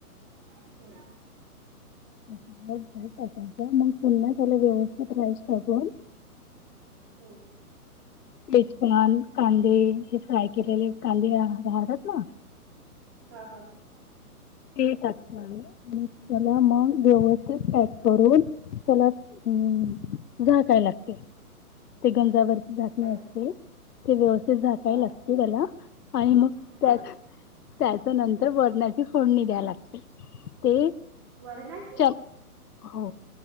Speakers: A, on the right; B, on the left.
A: वाइनच्या ते
B: मग राईस टाकायचा पुन्हा त्याला व्यवस्थित राईस टाकून
A: हम
B: तिचकमान कांदे हे फ्राय केलेले कांदे राहतात ना
A: हा हा हा
B: ते टाकत आहे आणि त्याला मग व्यवस्थित पॅक करून त्याला हम झाकायला लागते ते गंजावरती झाकणे
A: अच्छा
B: असते ते व्यवस्थित झाकायला
A: हा
B: लागते त्याला आणि मग त्यात
A: हा
B: त्याच नंतर बरणाची फोडणी द्या लागते ते
A: वरणाची
B: चम हो